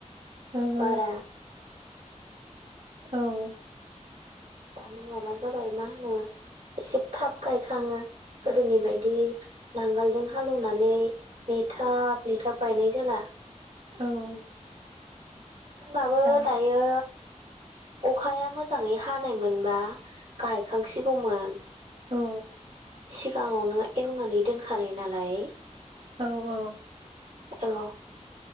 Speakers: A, on the right (about 65°); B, on the right (about 80°).
A: ओहो
B: बारा
A: औ
B: दाना माबा जाबाय मा होनो एसे थाब गायखाङो गोदोनि बायदि नांगोलजों हालेवनानै नेथाब नेथाब गायनाय जाला
A: औ
B: होनबाबो
A: दा
B: दायो अखाया मोजाङै हानाय मोनबा गायखांसिगौमोन
A: औ
B: सिगाङावनो एवनानै दोनखानाय नालाय
A: औ औ
B: औ